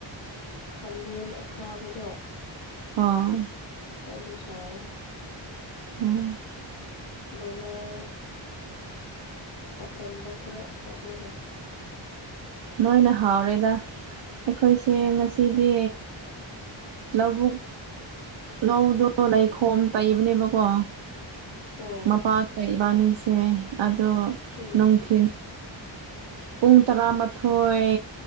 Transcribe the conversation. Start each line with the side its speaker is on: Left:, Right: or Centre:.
Left: ꯈꯥꯃꯦꯟ ꯑꯈꯥꯕꯗꯣ
Right: ꯑꯣ
Left: ꯑꯗꯨꯗꯨꯁꯥꯏ
Right: ꯎꯝ
Left: ꯕ꯭ꯔꯣꯌꯂꯔ ꯑꯀꯟꯕ ꯈꯔ ꯍꯥꯞꯔꯒ
Right: ꯃꯣꯏꯅ ꯍꯥꯎꯔꯦꯗ ꯑꯩꯈꯣꯏꯁꯦ ꯉꯁꯤꯗꯤ ꯂꯧꯕꯨꯛ ꯂꯧꯗꯣ ꯂꯩꯈꯣꯝ ꯇꯩꯕꯅꯦꯕꯀꯣ
Left: ꯑꯣ
Right: ꯃꯄꯥꯥꯟꯗ ꯏꯕꯥꯅꯤꯁꯦ ꯑꯗꯣ
Left: ꯎꯝ
Right: ꯅꯨꯡꯊꯜ ꯄꯨꯡ ꯇꯔꯥꯃꯥꯊꯣꯏ